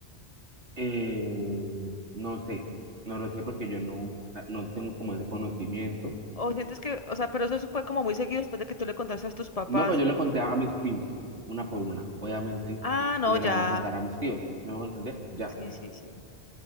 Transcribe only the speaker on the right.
eh, no sé, no lo sé porque yo no, ah, no tengo como ese conocimiento.
No, pues yo le conté a mis primos, una por una. Obviamente,
ellas
le van a contar a mis tíos, ¿no me van a entender? Ya.